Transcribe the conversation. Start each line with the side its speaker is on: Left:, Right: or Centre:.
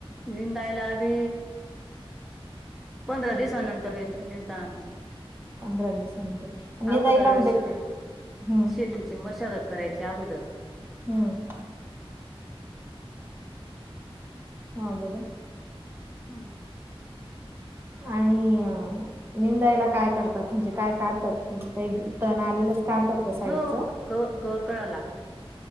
Centre: निंदायला आभी पंधरा दिवसानंतर येतो निंदताना आपण
Right: पंधरा दिवसानंतर निंदायला
Centre: अगोदर
Right: म्हणजे
Centre: शेतीत
Right: हम्म
Centre: शेतीची मशागत करायची अगोदर
Right: हम्म. हा बोला
Centre: हम्म.
Right: आणि निंदायला काय करतात म्हणजे काय काढतात? टण आलेलंच काढ जात
Centre: ग
Right: का साईडच
Centre: हो गवत गवत कळावा लागतो